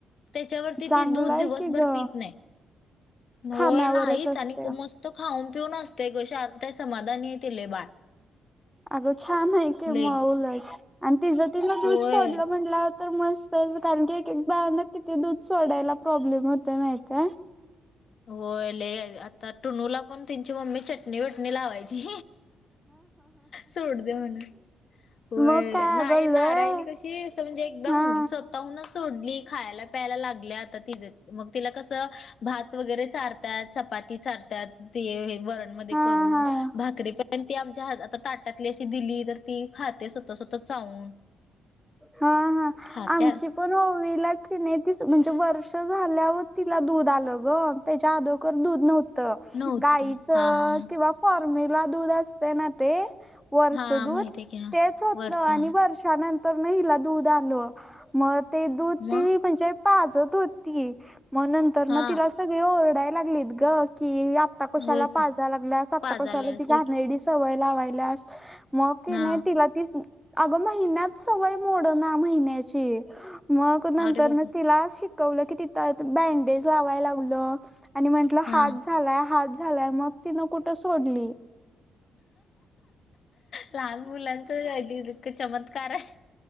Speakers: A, on the left (about 55°); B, in the centre.
A: तेच्यावरती
B: चांगलं
A: ती दूध
B: आहे
A: दिवसभर
B: की ग
A: पित नाही. होय
B: खाण्यावरच
A: नाहीच
B: असते
A: आणि त मस् तो खाऊन पिऊन असते ग शांत समाधानीये ते लै बाळ.
B: अगं छान आहे की
A: लय
B: म उलट आणि तिजं तिनं दूध
A: होय.
B: सोडलं म्हणल्या तर मस्तच कारण की एक एक किती दूध सोडायला प्रॉब्लेम होतोय माहतय.
A: होय ल आता टुनूला पण त्यांची मम्मी चटणी वटणी लावायची. सोड दे मन. हो
B: मग काय
A: नाही
B: अगं
A: नारायणी
B: लय
A: कशी अस म्हणजे एकदम
B: हा
A: सो ताहूनच सोडली खायला प्यायला लागल्या आता तिज मग तिला कस भात त वगैरे चारत्यात चपाती चारत्यात ते वरण मधे
B: हा
A: करून
B: हा
A: भात तरी पण ती आमच्या आता ताटातली अशी दिली तर ती खाते स्वतः स्वतः चावून.
B: हा हा
A: खात्या
B: आमची पण होवी ला की नाही त म्हणजे वर्ष झाल्यावर तिला दूध आलं ग त्याच्या आदोगर दूध नव्ह त
A: नव्हत
B: गाईच
A: हा हा
B: किंवा फॉर्मिला दूध असते ना ते वरच
A: हा
B: दूध
A: माहित आहे की हा
B: तेच होत
A: वरचा
B: आणि
A: हा
B: वर्षानं तर ना हिला दूध आल मग ते दूध
A: मग
B: ती म्हणजे पाजत होती म नंतरन
A: हा
B: तिला सगळी ओरडाय लागलीत ग की आप आता कशाला
A: होय की
B: पाजा लागल्यास आता
A: पाजाल्यास
B: कशाला ती घाणेडी
A: होय की
B: सवय लावायल्यास. मग की
A: हा
B: नाही तिला ती अगं महिन्यात सवय मोडना महिन्याची. मग नंतरन
A: अरे बाबा
B: तिला शिकवलं की तिथं बँडेज लावाय लावलं. आणि म्हंटलं
A: हा
B: हात झालाय हात झालाय मग तिनं कुठं सोडली.
A: लहान मुलांचं अ इतक चमत्कार आहे.